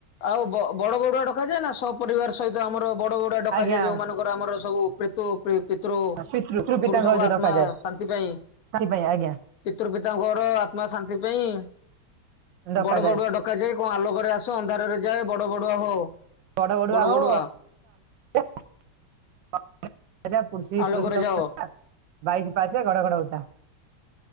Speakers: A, on the left (about 65°); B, on the right (about 70°).
A: ଆଉ ବ ବଡ ବଡୁଆ କଡକାଯାଏ ନା ସ ପରିବାର ସହିତ ଆମର ବଡ ବୋଡ ଆ ଡକାଯାଏ
B: ଆଜ୍ଞା
A: ଯୋଉମାନଙ୍କର ଆମର ସବୁ ପିତୁ ପି ପିତୃ
B: ପିତୃ ପିତାଙ୍କ
A: ପୁରୁଷଙ୍କ
B: ଯୋଉ
A: ଆତ୍ମା
B: ଡକାଯାଏ
A: ଶାନ୍ତି ପାଇଁ
B: ସେଥିପାଇଁ ଆଜ୍ଞା
A: ପିତୃ ପିତାଙ୍କର ଆତ୍ମା ଶାନ୍ତି ପାଇଁ
B: ଡକାଯାଏ।
A: ବଡ ବଡୁଆ ଡ କାଯାଏ କଣ ଆଲୋକରେ ଆସ ଅନ୍ଧାରରେ ଯାଏ ବଡ଼ ବଡୁଆ ହୋ।
B: ବଡ଼ ବଡ଼ୁଆ
A: ବଡ
B: ହୋ
A: ବଡୁଆ
B: <unintelligible> <unintelligible> ପୁରୁଷ
A: ଆଲୋକରେ
B: ପୁରୁଷୋତ୍ତମ
A: ଯାଅ
B: <unintelligible> ବାଇଶ ପାହଚେ ଘଡଘଡ ହଉଥା।